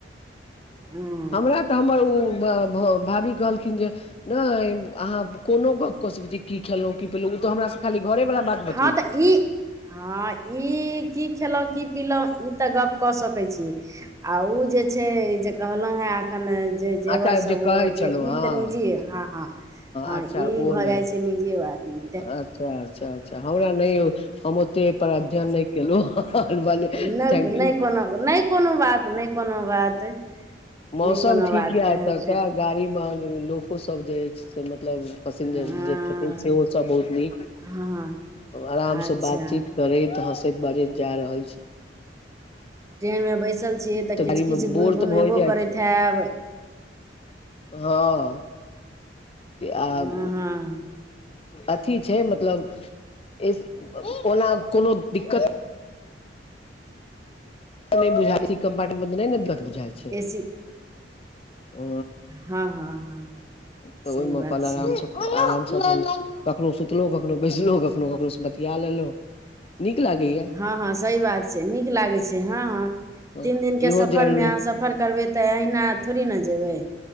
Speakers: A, on the right (about 15°); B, on the left (about 35°).
A: हँ
B: हमरा तऽ हमर ओ भा भऽ भाभी कहलखिन जे नइ अहाँ कोनो गप क सकै छी की खेलोअ की पिलै उ तऽ हमरा सँ खाली घरे वाला बात बतेलखिन
A: हँ तऽ ई हँ ई की खेलहुँ की पिलहुँ ई तऽ गप कऽ सकै छी आ उऽ जे छै जे कहलहुँ हेँ एखन जे जेवर
B: अच्छा
A: सब
B: जे कहै
A: ओ जे
B: छलहुँ
A: ई
B: हँ
A: तऽ निजी ये हँ हँ हँ
B: अच्छा
A: ई
B: ओ
A: भऽ
B: नहि
A: जाइ छै निजी बातमे
B: अच्छा अच्छा अच्छा अ हमरा नइ हम ओतेक पर अध्ययन नहि केलहुँ <unintelligible> भने
A: नहि
B: थैंक्यू
A: नहि कोनो नहि कोनो बात नहि कोनो बात
B: मौसम
A: नहि कोनो
B: ठीक
A: बात
B: य
A: तेँ
B: एतुका
A: तेँ
B: गाड़ी महक लोको सब जे अछि से मतलब पसिंजर
A: हँ
B: जे छथिन सेहो बहुत नीक
A: हँ
B: आराम
A: अच्छा
B: सँ बातचीत करैत हँसैत बाजैत जैय रहल छी
A: ट्रेनमे बैसल छिये तऽ किछ
B: गाड़ी
A: किछ
B: मे
A: गुन
B: बोर
A: गुनेबो
B: तऽ भए जाइ
A: करैत
B: छै
A: हैब
B: हँ
A: हँ
B: आब
A: हँ
B: अथी छै मतलब ओना कोनो दिक्कत नहि बुझाय ई कम्पार्टमेंट मे नहि ने बुझाय छै
A: ए सी
B: ह
A: हँ हँ हँ
B: तऽ
A: सही
B: ओहिमे
A: बात
B: अपन
A: छै
B: आरामसँ आरामसे अपन कखनो सुतलहु कखनो बैसलहुँ कखनो कखहु से बतिया लेलहुँ नीक लागैया
A: हँ हँ सही बात छै नीक लागे छै हँ हँ
B: हँ
A: तीन दिन के
B: इहो
A: सफर
B: जर्नी
A: मे सफर करबै तऽ अहिना थोड़े ने जेबै